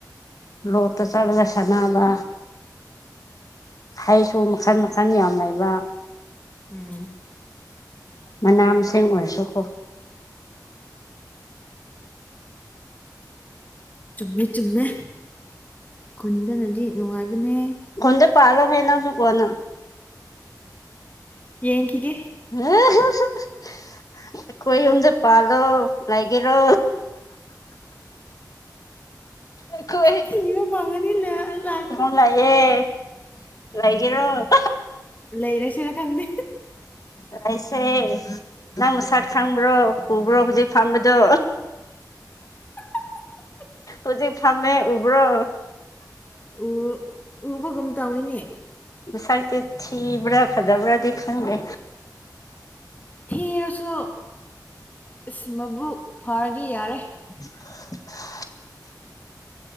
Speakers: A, on the left; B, on the left.
A: ꯂꯣꯛꯇ ꯆꯠꯂꯒ ꯁꯥꯟꯅꯕ ꯍꯩꯁꯨ ꯃꯈꯟ ꯃꯈꯟ ꯌꯥꯝ ꯂꯩꯕ
B: ꯎꯝ
A: ꯃꯅꯥ ꯃꯁꯤꯡ ꯑꯣꯏꯔꯁꯨꯀꯣ
B: ꯆꯨꯝꯃꯦ ꯆꯨꯝꯃꯦ ꯈꯨꯟꯗꯅꯗꯤ ꯅꯨꯡꯉꯥꯏꯕꯅꯦ
A: ꯀꯣꯟꯗ ꯄꯥꯂꯣꯍꯦ ꯅꯪꯁꯨꯨ ꯀꯣꯟꯅ
B: ꯌꯦꯡꯒꯤꯒꯦ
A: <inaudible> ꯈꯣꯏ ꯌꯨꯝꯗ ꯄꯥꯜꯂꯣ ꯂꯩꯒꯦꯔꯣ ꯑꯩꯈꯣꯏ
B: ꯊꯕ ꯐꯉꯗꯤ ꯂ ꯂꯥꯛꯀ
A: ꯂꯥꯛꯑꯦꯍꯦ ꯂꯩꯒꯦꯔꯣ
B: ꯂꯩꯔꯁꯤꯔ ꯈꯪꯗꯦ
A: ꯂꯩꯁꯦ ꯅꯪ ꯃꯁꯛ ꯈꯪꯕ꯭ꯔꯣ ꯎꯕ꯭ꯔꯣ ꯍꯧꯖꯤꯛ ꯐꯝꯕꯗꯣ
B: <inaudible>
A: ꯍꯧꯖꯤꯛ ꯐꯝꯃꯦ ꯎꯕ꯭ꯔꯣ
B: ꯎ ꯎꯕꯒꯨꯝ ꯇꯧꯋꯤꯅꯦ
A: ꯃꯁꯛꯇꯤ ꯊꯤꯕ꯭ꯔꯥ ꯐꯖꯕ꯭ꯔꯥꯗꯤ ꯈꯪꯗꯦ
B: ꯊꯤꯔꯁꯨ ꯑꯁ ꯃꯕꯨꯛ ꯐꯥꯔꯗꯤ ꯌꯥꯔꯦ
A: <inaudible>